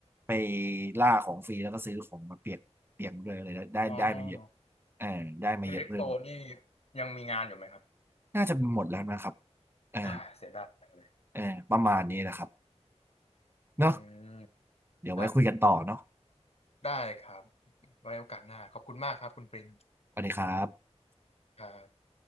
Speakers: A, on the right; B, on the left.
A: ไปล่าของฟรีแล้วก็ซื้อของมาเปียกเปียกเลยอะไรได้ได้ได้มาเยอะ
B: อ๋อ
A: เออได้มาเยอะเพิ่ม
B: เพเล็กโตนี่ยังมีงานอยู่ไหมครับ
A: น่าจะหมดแล้วนะครับเออ
B: อ่าเสียดาย
A: เออประมาณนี้นะครับเนาะ
B: อืม
A: เดี๋ยวไว้คุยกันต่อเนาะ
B: ครับ ได้ครับไว้โอกาสหน้าขอบคุณมากครับคุณปริน
A: สวัสดีครับ
B: ครับ